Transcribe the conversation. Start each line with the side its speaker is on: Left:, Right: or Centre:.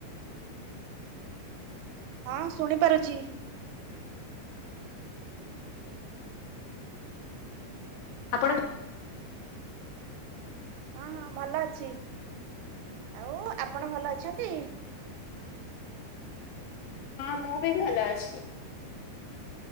Right: ହଁ ଶୁଣିପାରୁଛି।
Left: ଆପଣ
Right: ହଁ ହଁ ଭଲ ଅଛି ଆଉ ଆପଣ ଭଲ ଅଛନ୍ତି?
Left: ହଁ ମୁଁ ବି ଭଲ ଅଛି।